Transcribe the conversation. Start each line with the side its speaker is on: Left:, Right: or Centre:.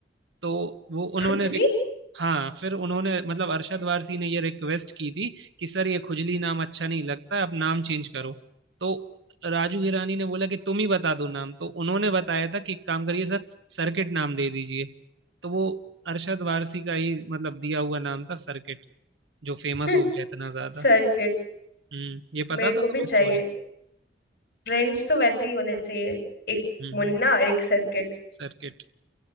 Right: तो वो उन्होंने
Left: खुजली
Right: हाँ फिर उन्होंने मतलब अरशद वारसी ने ये रिक्वेस्ट की थी कि सर ये खुजली नाम अच्छा नहीं लगता आप नाम चेंज करो तो राजू हिरानी ने बोला कि तुम ही बता दो नाम तो उन्होंने बताया था कि एक काम करिए सर सर्किट नाम दे दीजिए तो वो अरशद वारसी का ही मतलब दिया हुआ नाम था सर्किट जो फेमस
Left: <laughs>
Right: हो गया इतना ज्यादा
Left: सर्किट
Right: हम्म ये पता
Left: मेरे को
Right: था
Left: भी
Right: तुम्हें
Left: चाहिए
Right: स्टोरी
Left: फ्रेंड्स तो वैसे ही होने चाहिए एक
Right: हम्म
Left: मुन्ना
Right: हम्म
Left: और एक सर्किट
Right: सर्किट